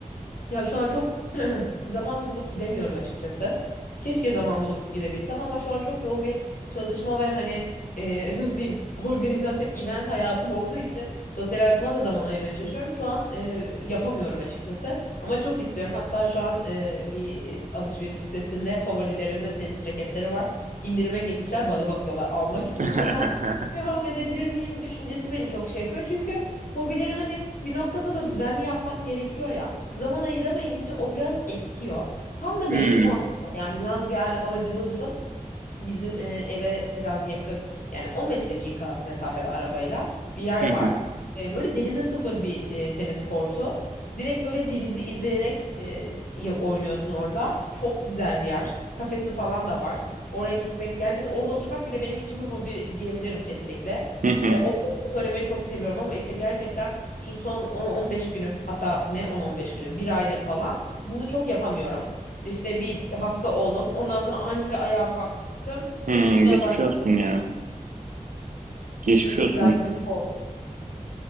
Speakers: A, on the left; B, on the right.
A: Ya şu an çok <clears throat> zaman bulup gidemiyorum açıkçası. Keşke zaman bulup gidebilsem ama şu an çok yoğun bir çalışma ve hani e, <laughs> nasıl diyeyim organizasyon, event hayatım olduğu için sosyal hayatıma da zaman ayırmaya çalışıyorum. Şu an e, yapamıyorum açıkçası ama çok istiyorum. Hatta şu an e, bir alışveriş sitesinde favorilerimde tenis raketleri var. İndirime girmişler bana bakıyorlar almak istiyorum
B: <laughs>
A: ama devam edebilir miyim düşüncesi beni çok şey yapıyor. Çünkü Hobileri hani bir noktada da düzenli yapmak gerekiyor ya. Zaman ayıramayınca o biraz eskiyor. Tam da mevsimi
B: Hmm.
A: aslında yani yaz geldi hava cıvıl cıvıl. Bizim e, eve biraz yakın yani 15 dakika mesafede arabayla bir yer
B: Hı
A: var.
B: hı.
A: E, böyle denize sıfır bir e, tenis kortu. Direkt böyle denizi izleyerek e, ya- oynuyorsun orada. Çok güzel bir yer. Kafesi falan da var. Oraya gitmek gerçekten orada oturmak bile benim için bir hobi diyebilirim kesinlikle.
B: Hı hı.
A: E, orada tenis oynamayı çok seviyorum ama işte gerçekten şu son 10-15 günüm hatta ne 10-15 günüm bir aydır falan bunu çok yapamıyorum. İşte bir hasta oldum. Ondan sonra anca ayağa kalktım yaptım.
B: Hmm,
A: Çalışmaya
B: geçmiş
A: başladım.
B: olsun ya. Geçmiş
A: Çok
B: olsun.
A: güzel bir grip oldu.